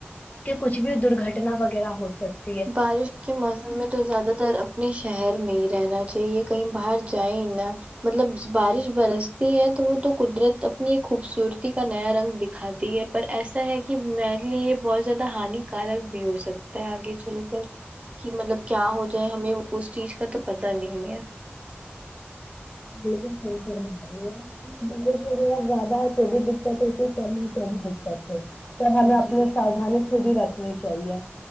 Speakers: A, on the left (about 35°); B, on the right (about 30°).
A: کہ کچھ بھی درگٹنا وغیرہ ہو سک
B: بارش کے موسم میں تو زیادہ تر اپنے شہر میں ہی رہنا چاہیے کہیں باہر جائیں نہ مطلب بارش برستی ہے تو وہ تو قدرت اپنی ایک خوبصورتی کا نیا رنگ دکھا تی ہے پر ایسا ہے کہ میرے لیے یہ بہت زیادہ ہانیکارک بھی ہو سکتا ہے آگے بالکل کہ مطلب کیا ہو جائے ہمیں اس چیز کا تو پتا نہیں ہے
A: بالکل صحیح فرما رہی ہے نہ بارش وغیرہ زیادہ ہے تو بھی دقت ہوتی کم ہے تو بھی دقت ہے تو ہمیں اپنی
B: جی
A: ساودھانی خود ہی رکھنی چاہیے